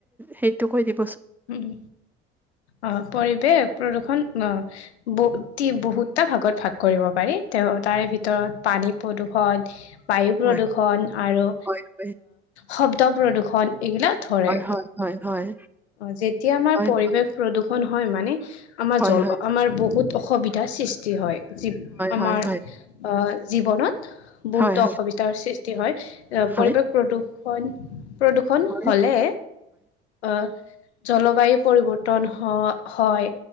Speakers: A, in the centre; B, on the left (about 75°).
A: সেইটো কৈ দিব
B: উম অ পৰিৱেশ। প্ৰদূ্ষন বহু বহুতটা ভাগত ভাগ কৰিব পাৰি তেওঁ। তাৰে ভিতৰত পানী প্ৰদূষণ। বায়ু প্ৰদূৰষণ
A: হয়
B: আৰু
A: হয় হয়
B: শব্দ প্ৰদূৰষণ। এইগিলা ধৰে।
A: হয় হয় হয়
B: অ যেতিয়া আমাৰ
A: হয়
B: পৰিৱেশ প্ৰদূষন হয় মানে, আমাৰ
A: হয়
B: জল
A: হয়
B: আমাৰ বহুত অসুবিধা। সৃষ্টি হয় আমাৰ
A: হয় হয়
B: জীৱনত। বহুতো
A: হয়
B: অসুবিধাৰ সৃষ্টি হয় এ
A: হয়
B: পৰিৱেশ প্ৰদূৰষণ। প্ৰদূৰ্ষণ
A: হয়
B: হলে
A: হয়
B: আহ। জলবায়ু পৰিৱৰ্তন হয়।